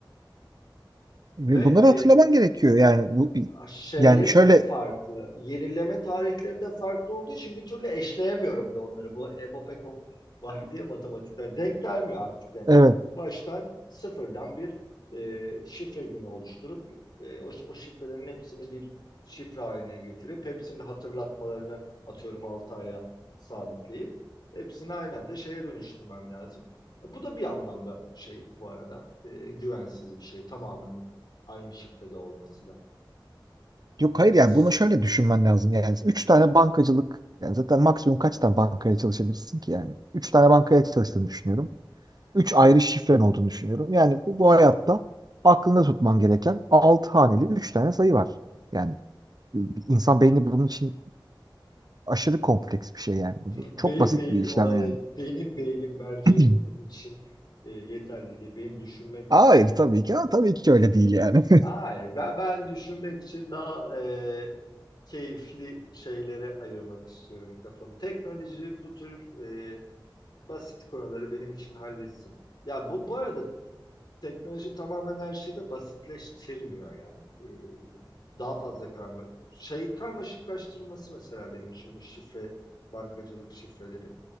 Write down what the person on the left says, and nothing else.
Ve
e,
şeyleri
de farklı. Yenileme tarihleri de farklı olduğu için bir türlü eşleyemiyorum da onları. Bu EBOPEKOP var diye matematikten denk gelmiyor artık yani.
Baştan sıfırdan bir e, şifre günü oluşturup e, o, o şifrelerin hepsini bir şifre haline getirip hepsinin hatırlatmalarını atıyorum 6 aya sabitleyip hepsini aynen de şeye dönüştürmem lazım. Bu da bir anlamda şey bu arada e, güvensiz bir şey. Tamamının aynı şifrede olması da.
Yani
s-
beyin
beyin
e, benim beynim bence
bunun için e, yeterli değil. Benim düşünmek
e,
hayır ben ben düşünmek için daha e, keyifli şeylere ayırmak istiyorum kafamı. Teknoloji bu tür e, basit konuları benim için halletsin. Ya bu bu arada teknoloji tamamen her şeyi de basitleştirmiyor yani. Ee, daha fazla karma şey karmaşıklaştırması mesela benim için bu şifre bankacılık şifreleri.